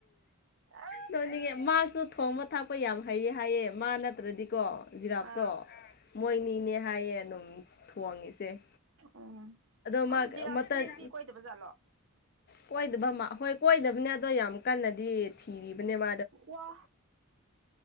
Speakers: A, on the right; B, on the left.
A: ꯑ
B: ꯅꯧꯅꯤꯡꯉꯦ ꯃꯥꯁꯨ ꯊꯣꯡꯕ ꯊꯥꯛꯄ ꯌꯥꯝ ꯍꯩꯌꯦ ꯍꯥꯏꯌꯦ ꯃꯥ ꯅꯠꯇ꯭ꯔꯗꯤꯀꯣ ꯖꯤꯔꯥꯐꯇꯣ
A: ꯑꯥ
B: ꯃꯣꯏꯅꯤꯅꯦ ꯍꯥꯏꯌꯦ ꯑꯗꯨꯝ ꯊꯣꯡꯉꯤꯁꯦ
A: ꯎꯝ
B: ꯃꯥ
A: ꯑꯗꯣ ꯖꯤꯔꯥꯞꯇꯗꯤ
B: ꯃꯇꯟ
A: ꯅꯨꯄꯤ ꯀꯣꯏꯗꯕꯖꯥꯠꯂꯣ
B: ꯀꯣꯏꯗꯕ ꯍꯣꯏ ꯀꯣꯏꯗꯕꯅꯦ ꯑꯗꯣ ꯌꯥꯝ ꯀꯟꯅꯗꯤ ꯊꯤ ꯣ
A: ꯋꯥ